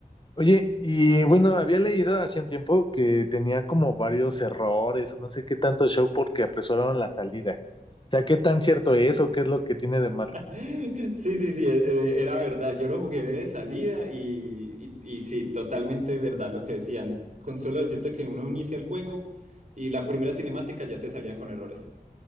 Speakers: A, on the left (about 30°); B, on the right (about 50°).
A: Oye, y bueno, había leído hace un tiempo que tenía como varios errores, o no sé qué tanto show porque apresuraron la salida. O sea, ¿qué tan cierto es o qué es lo que tiene de malo?
B: <laughs> Sí, sí, sí, e- e- era verdad, yo lo jugué de salida y, y, y sí, totalmente verdad lo que decían, con solo decirte que uno inicia el juego y la primera cinemática ya te salía con errores.